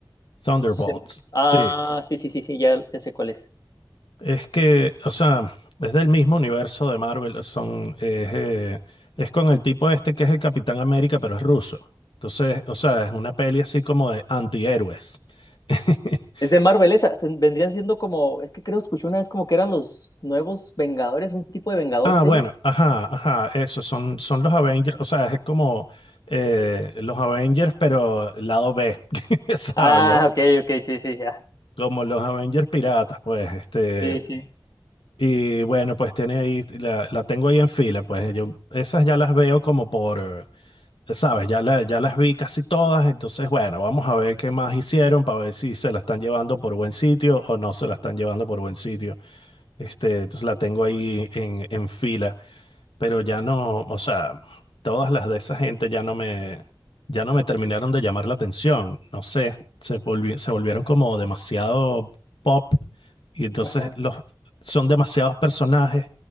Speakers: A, on the left; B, on the left.
A: Thunderbolts.
B: em, Ah,
A: Sí.
B: sí, sí, sí, sí, ya, ya sé cuál es.
A: Es que, o sea, es del mismo universo de Marvel. Son, es, eh, es con el tipo este que es el Capitán América, pero es ruso. Entonces, o sea, es una peli así como de antihéroes. <laughs>
B: Es de Marvel esa, se- vendrían siendo como, es que creo escuché una vez como que eran los nuevos Vengadores, un tipo de Vengadores
A: Ah, bueno,
B: ellos.
A: ajá, ajá, eso, son, son los Avengers, o sea, es como eh, los Avengers, pero lado B, <laughs> ¿sabes?
B: Ah,
A: Lo-
B: ok, ok, sí, sí, ya.
A: como los Avengers piratas, pues, este,
B: Sí, sí.
A: y bueno, pues tiene ahí, la, la tengo ahí en fila, pues, yo esas ya las veo como por, eh, ¿sabes? Ya, la- ya las vi casi todas, entonces, bueno, vamos a ver qué más hicieron para ver si se la están llevando por buen sitio o no se la están llevando por buen sitio, este, entonces la tengo ahí en, en fila. pero ya no, o sea, todas las de esa gente ya no me, ya no me terminaron de llamar la atención. No sé, se volvi- se volvieron como demasiado pop y entonces
B: Ajá.
A: los, son demasiados personajes